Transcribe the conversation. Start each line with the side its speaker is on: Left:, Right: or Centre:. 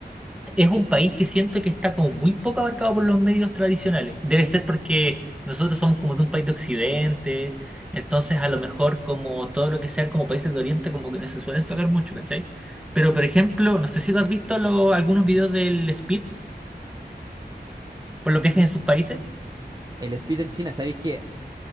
Centre: Es un país que siento que está como muy poco abarcado por los medios tradicionales. Debe ser porque nosotros somos como de un país de Occidente, entonces a lo mejor como todo lo que sean como países de Oriente como que no se suelen tocar mucho, ¿cachai? Pero por ejemplo, no sé si tú has visto lo- algunos videos del Speed por los viajes en sus países.
Right: El speed en China, ¿sabéis que